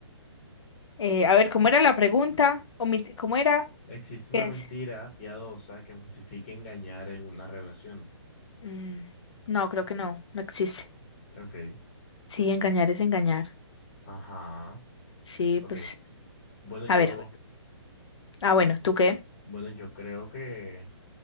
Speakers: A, on the left; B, on the left.
A: eh, a ver, ¿cómo era la pregunta? Omit- ¿Cómo era?
B: existe
A: ¿Qué
B: una mentira
A: es?
B: piadosa que justifique engañar en una relación.
A: Mm, no, creo que no, no existe.
B: Ok.
A: Sí, engañar es engañar.
B: Ajá.
A: Sí,
B: Ok.
A: pues,
B: Bueno,
A: a
B: yo,
A: ver. Ah, bueno, ¿tú qué?
B: bueno, yo creo que